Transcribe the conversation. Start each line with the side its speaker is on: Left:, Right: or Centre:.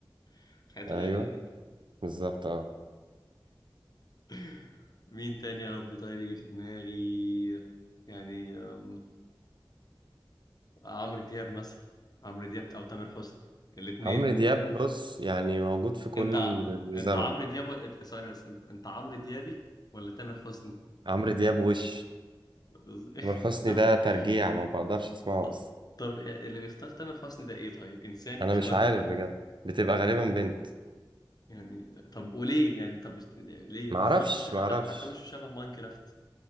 Left: والحاجات
Right: ايوه
Left: الغريبه دي
Right: بالظبط اه
Left: <laughs> مين تاني يا ربي طيب يجي في دماغي يعني أم، عمرو دياب مثلا عمرو دياب او تامر حسني الاثنين
Right: عمرو دياب بص يعني موجود في كل
Left: انت انت
Right: زمن
Left: عمرو دياب و- ثواني بس انت انت عمرو ديابي ولا تامر حسني
Right: عمرو دياب وش
Left: بس-
Right: تامر حسني ده
Left: <laughs>
Right: ترجيع ما بقدرش اسمعه
Left: طب
Right: اصلا
Left: طب يعني اللي بيختار تامر حسني ده ايه طيب انسان
Right: انا
Left: شبهنا
Right: مش عارف
Left: طيب
Right: بجد بتبقى غالبا بنت
Left: يعني ده- طب وليه يعني طب اشت- يعني ليه
Right: معرفش
Left: ده سامر حسني
Right: معرفش
Left: حتى حتى وشه شبه ماينكرافت